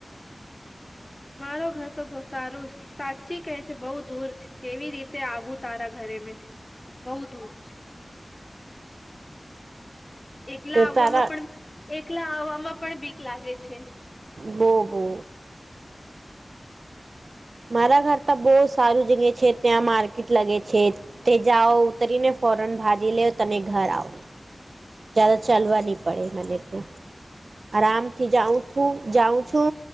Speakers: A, on the left; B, on the right.
A: મારો ઘર તો બહ સારું જ સાચી કેહે છે બઉુ દૂર છે કેવી રીતે આવું તારા ઘરે મેં બઉ દ છે. એકલા
B: તો
A: આવવામાં
B: તારા
A: પણ એકલા આવવામાં પણ બીક લાગે છે.
B: બો-બો મારા ઘર તો બહ સારું જગ્યા છે ત્યાં માર્કેટ લગે છે. તે જાઓ ઉતરી ને ફોરન ભાજી લેવ તને ઘર આવો જદ ચાલવા નહી પડે મને તો આરામથી જાઉંું જાઉં છુ.